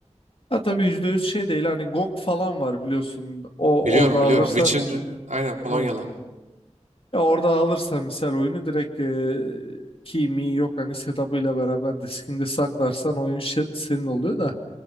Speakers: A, on the left; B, on the right.
A: Ha tabii %100 şey değil hani GOG falan var biliyorsun. O
B: Biliyorum
A: orada alırsan
B: biliyorum. Witcher'ın aynen Polonyalı.
A: ne? Ya orada alırsan misal oyunu direkt e, key mi yok hani setup'ıyla beraber diskinde saklarsan oyun şe- senin oluyor da.